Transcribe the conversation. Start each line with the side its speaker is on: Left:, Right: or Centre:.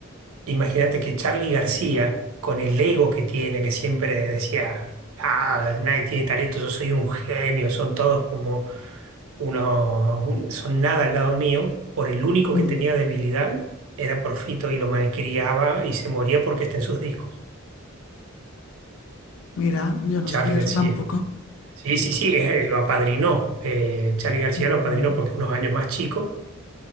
Right: Imagínate que Charly García, con el ego que tiene, que siempre decía, ah, nadie tiene talento, yo soy un genio, son todos como unos, un- son nada al lado mío, por el único
Left: mm.
Right: que tenía debilidad era por Fito y lo malcriaba y se moría porque está en sus discos.
Left: Mira, yo no
Right: Charly
Left: sabía
Right: García.
Left: eso tampoco.
Right: Sí, sí, sí, eh, lo apadrinó. Eh, Charly García
Left: Ujú,
Right: lo apadrinó porque es unos años más chico